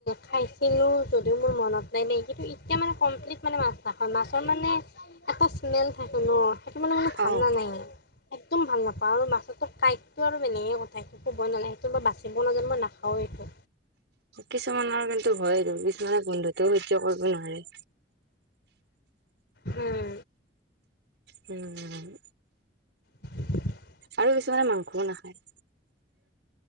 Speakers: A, on the left; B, on the right.
A: খাইছিলো যদিও মোৰ মনত নাই নাই কিন্তু এতিয়া মানে কম। কমপ্লিট মানে মাছ নাখাও, মাছৰ মানে এটা স্মেল থাকে ন। থাক মানে মানে ভাল
B: অ'।
A: ন নাই একদম ভাল নাপাওঁ আৰু মাছো কাই। সটো আৰু মেনে কথা সেইটো ক'বই নালাগ সেইটো মই বাচিব নাজন মই নাখাও এইটো।
B: কিছুমানৰ কিন্তু হয়য় দ কিছুমানে গোন্ধুতও সহ্যৰ কৰিব নোৱাৰে।
A: হম
B: উম
A: <inaudible>
B: আৰু বেছিভাগে মাংসও নাখায়।